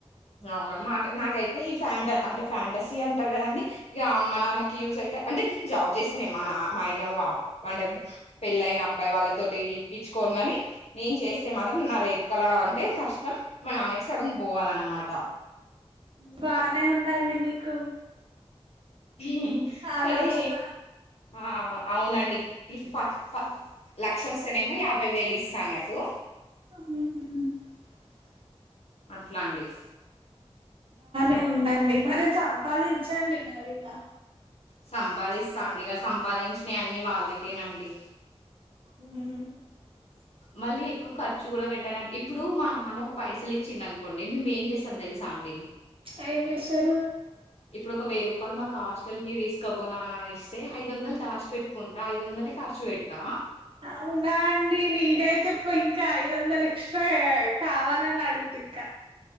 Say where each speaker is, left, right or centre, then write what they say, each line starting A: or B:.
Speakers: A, on the left; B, on the right.
A: ఆ అవునా మాక్ నాకైతే ఈ ఫ్యాంట అంటే ఫ్యాంటసీ అంటారు కదండి ఇగ అమ్మ నాన్నకి యూసైతే అంటే నేను జాబ్ చేస్తెనే మా నా మా ఆయన అప్ అంటే పెళ్ళయిన అబ్బాయి వాళ్ళతోటి ఇప్పించుకోను గాని నేను చేస్తే మాత్రం నా రేక్కలా అంటే కష్టం మా నాన్నకి సగం పోవాలన్నమాట
B: బానే ఉందండీ మీకు
A: మ్
B: ఆలోచన
A: కానీ ఆ అవునండి ఇఫ్ ప ప లక్ష వస్తేనేమో యాభై వేలు ఇస్తా అన్నట్టు
B: మ్ మ్
A: అట్లాండీ
B: నే ఉందండి మరి సంపాదించండి మరిగ
A: సంపాదిస్తాండి ఇగ సంపాదించినవన్ని వాళ్ళకేనండి
B: మ్
A: మళ్ళీ ఎక్కువ ఖర్చు కూడా పెట్టానన్ ఇప్పుడు మా నాన్నకు పైసలు ఇచ్చిందనుకోండి మేము ఏం చేస్తాం తెల్ సాండి
B: ఎమ్ చేస్తరు
A: ఇప్పుడోక వెయ్యి రూపాయలు మాక్ హస్టల్ కి తీసుకబోనానా అనిస్తే ఐదు వందలు దాసి పెట్టుకుంటా ఐదు వందలే ఖర్చు పెడుతా
B: అవునా అండి నేనైతే పోయింకా ఐదు వందలె ఎక్సట్రా కావాలని అడుగుత ఇంకా